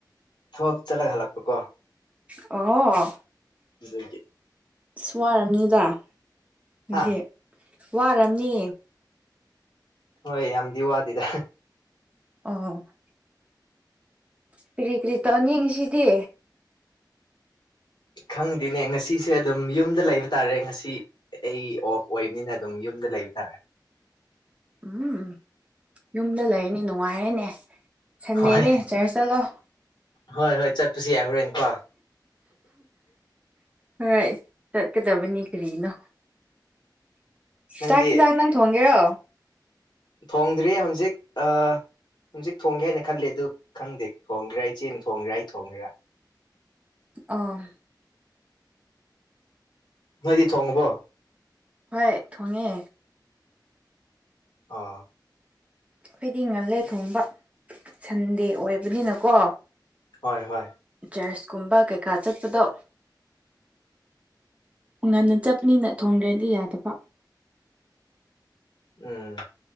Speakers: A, on the left; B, on the right.
A: ꯊꯕꯞ ꯆꯠꯂꯒ ꯍꯜꯂꯛꯄ ꯀꯣ
B: ꯑꯣ
A: ꯑꯗꯨꯗꯤ
B: ꯑꯁ ꯋꯥꯔꯕꯅꯤꯗ ꯑꯗꯨꯗꯤ
A: ꯍꯥ
B: ꯋꯥꯝꯅꯤ
A: ꯍꯣꯏ ꯌꯥꯝꯗꯤ ꯋꯥꯗꯤꯗ
B: ꯑꯣ ꯀꯔꯤ ꯀꯔꯤ ꯇꯧꯅꯤꯡꯉꯤꯁꯤꯗꯤ
A: ꯈꯪꯗꯦꯅꯦ ꯉꯁꯤꯁꯦ ꯑꯗꯨꯝ ꯌꯨꯝꯗ ꯂꯩꯕ ꯇꯥꯔꯦ ꯉꯁꯤ ꯑꯩ ꯑꯣꯐ ꯑꯣꯏꯕꯅꯤꯅ ꯑꯗꯨꯝ ꯌꯨꯝꯗ ꯂꯩꯕ ꯇꯥꯔꯦ
B: ꯎꯝ ꯌꯨꯝꯗ ꯂꯩꯔꯅꯤ ꯅꯨꯡꯉꯥꯏꯔꯅꯦ ꯁꯟꯗꯦꯅꯦ
A: ꯍꯣꯏ
B: ꯆꯔꯆ ꯆꯠꯂꯣ
A: ꯍꯣꯏ ꯍꯣꯏ ꯆꯠꯄꯁꯨ ꯌꯥꯏ ꯍꯣꯔꯦꯟ ꯀꯣ
B: ꯍꯣꯏ ꯆꯠꯀꯗꯕꯅꯤ ꯀꯔꯤꯅꯣ
A: ꯅꯪꯗꯤ
B: ꯆꯥꯛꯁꯤꯤꯟꯖꯥꯛ ꯅꯪ ꯊꯣꯡꯒꯦꯔꯣ
A: ꯊꯣꯡꯗ꯭ꯔꯤ ꯍꯧꯖꯤꯛ ꯑ ꯍꯧꯖꯤꯛ ꯊꯣꯡꯒꯦ ꯍꯥꯏꯅ ꯈꯜꯜꯂꯤꯦ ꯑꯗꯨ ꯈꯪꯗꯦ ꯊꯣꯡꯒ꯭ꯔꯥ ꯑꯩ ꯆꯦ ꯊꯣꯡꯒ꯭ꯔꯥ ꯑꯩ ꯊꯣꯡꯒꯦ꯭ꯔꯥ
B: ꯑ
A: ꯅꯣꯏꯗꯤ ꯊꯣꯡꯉꯨꯕꯣ
B: ꯍꯣꯏ ꯊꯣꯡꯉꯦ
A: ꯑꯥ
B: ꯑꯩꯈꯣꯏꯗꯤ ꯉꯜꯂꯦ ꯊꯣꯡꯕ ꯁꯟꯗꯦ ꯑꯣꯏꯕꯅꯤꯅꯀꯣ
A: ꯍꯣꯏ ꯍꯣꯏ
B: ꯆꯔꯆꯀꯨꯝꯕ ꯀꯩꯀꯥ ꯆꯠꯄꯗꯣ ꯉꯟꯅ ꯆꯠꯄꯅꯤꯅ ꯊꯣꯡꯈ꯭ꯔꯦꯅꯗꯤ ꯌꯥꯗꯕ
A: ꯎꯝ